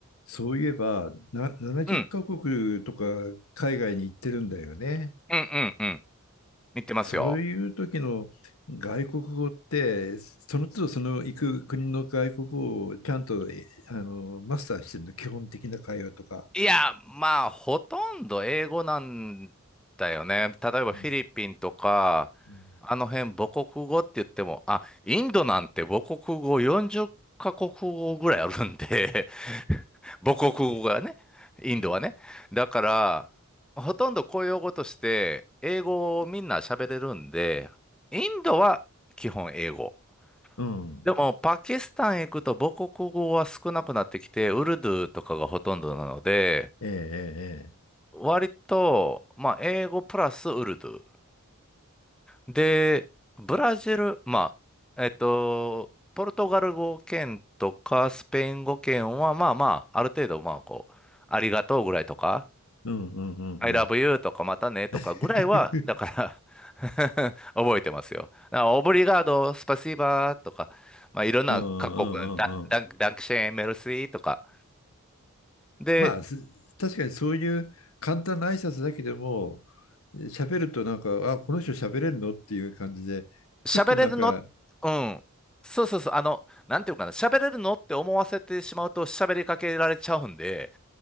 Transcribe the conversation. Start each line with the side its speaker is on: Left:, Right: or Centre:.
Left: そういえば、な、70カ国とか海外に行ってるんだよね。
Centre: うん、うん、うん、うん。似てますよ。
Left: そういう時の外国語って、その都度その行く国の外国語をちゃんと、えあの、マスターしてるの、基本的な会話とか。
Centre: いや、まあ、ほとんど英語なんだよね。例えばフィリピンとか、
Left: うんうん
Centre: あの辺母国語って言っても、あ、インドなんて母国語40カ国語ぐらいあるんで、<laughs> 母国語がね、
Left: え
Centre: インドはね。だから、ほとんど公用語として、英語をみんな喋れるんで、インドは基本英語。
Left: うん。
Centre: でも、パキスタン行くと母国語は少なくなってきて、ウルドゥーとかがほとんどなので、
Left: ええ、ええ、ええ
Centre: 割と、まあ、英語プラスウルドゥー。で、ブラジル、まあ、えっと、ポルトガル語圏とかスペイン語圏は、まあまあ、ある程度、まあ、こう、ありがとうぐらいとか、
Left: うんうんうんうん。
Centre: I love you とかまたねとかぐらいは、
Left: <laughs>
Centre: だから <laughs> 覚えてますよ。だからオブリガード、スパシーバーとか、まあ、いろんな各国のダ、
Left: うんうんうんうん。
Centre: ダン、ダンクシェーン、メルシーとか。で、
Left: まあ、す確かにそういう簡単な挨拶だけでも、えー喋るとなんか、あ、この人喋れるのっていう感じで、ふっとなんか、
Centre: 喋れるの、うん。そうそうそう、あの、なんていうかな、喋れるのって思わせてしまうと喋りかけられちゃうんで、